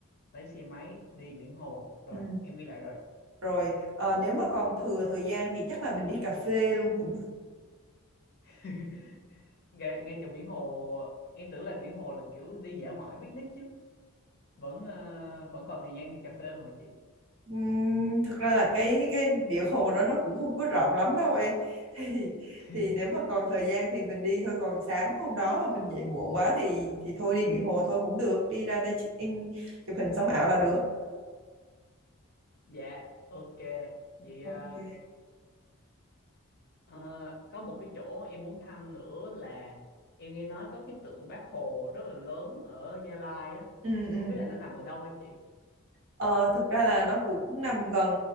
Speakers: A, on the left; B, on the right.
A: lấy xe máy đi biển hồ. Rồi,
B: ừ.
A: em ghi lại rồi.
B: rồi ờ, nếu mà còn thừa thời gian thì chắc là mình đi cà phê luôn cũng được
A: <laughs> Ngay ngay chỗ biển hồ em tưởng là biển hồ là kiểu đi dã ngoại picnic chứ. Vẫn à, vẫn còn thời gian đi cà phê luôn hả chị?
B: Ừm, thực ra là cái cái biển hồ đó nó cũng không có rộng lắm đâu em <laughs> thì
A: <laughs>
B: thì nếu mà còn thời gian thì mình đi thôi còn sáng hôm đó mà mình dậy muộn quá thì thì thôi đi biển hồ thôi cũng được đi ra đây check in chụp hình sống ảo là được
A: Dạ, ok. Vậy
B: ok
A: à, Ờ, có một cái chỗ em muốn thăm nữa là em nghe nói có cái tượng Bác Hồ rất là lớn ở Gia Lai á
B: ừ ừ
A: không biết là nó nằm ở đâu hả chị
B: ờ, thực ra là nó cũng nằm gần